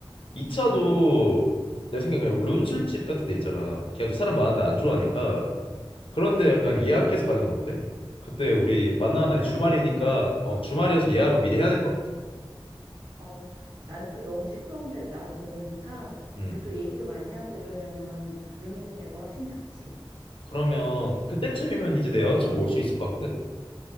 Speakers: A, on the left; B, on the right.
A: 2차도
B: 응.
A: 내 생각에 그냥 룸술집 같은 데 있잖아. 걔가 또 사람 많은데 안 좋아하니까
B: 어,
A: 그런데 약간
B: 그래.
A: 예약해서 가는 건 어때? 그때 우리 만나는
B: 어,
A: 날이
B: 나는
A: 주말이니까
B: 것도 좋아.
A: 어, 주말이어서 예약은
B: 어,
A: 미리 해야 될 것 같거든.
B: 어. 나는 또 너무 시끄러운데 나도 별로니까
A: 음.
B: 우리 또 얘기도 많이 하고 이러려면 룸 있는 데가 훨씬 좋지.
A: 그러면 그때쯤이면 이제 내 여자친구
B: 응.
A: 올 수 있을 것 같거든.